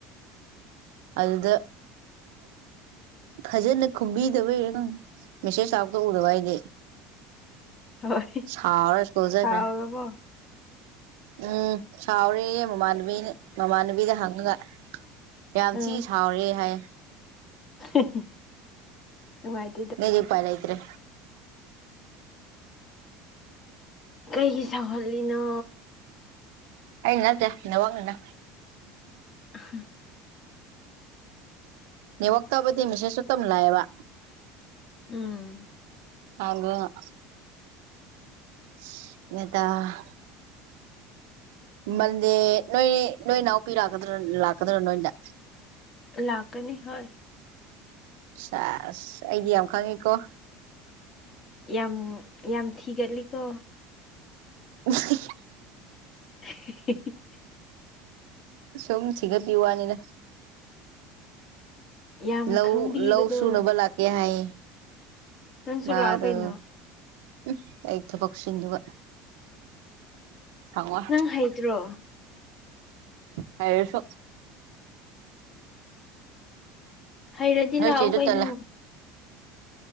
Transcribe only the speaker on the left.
ꯍꯣꯏ
ꯁꯥꯎꯔꯕꯣ
ꯎꯝ
<unintelligible>
ꯀꯩꯒꯤ ꯁꯥꯎꯍꯜꯂꯤꯅꯣ
<unintelligible>
ꯎꯝ
ꯂꯥꯛꯀꯅꯤ ꯍꯣꯏ
ꯌꯥꯝ ꯌꯥꯝ ꯊꯤꯒꯠꯂꯤꯀꯣ
<unintelligible>
ꯌꯥꯝ
ꯈꯪꯕꯤꯕꯗꯣ
ꯅꯪꯁꯨ
ꯂꯥꯛꯑꯣ ꯀꯩꯅꯣ
ꯅꯪ ꯍꯩꯇ꯭ꯔꯣ
ꯍꯩꯔꯗꯤ
ꯂꯥꯛꯑꯣ
ꯀꯩꯅꯣ